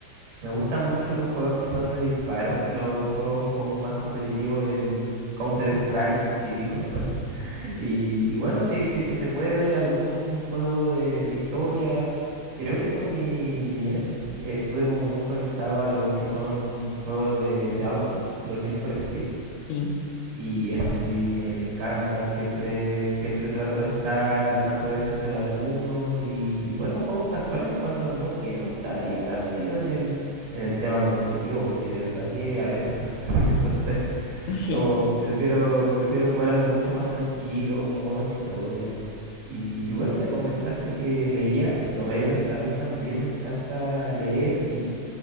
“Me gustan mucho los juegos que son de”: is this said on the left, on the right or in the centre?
Right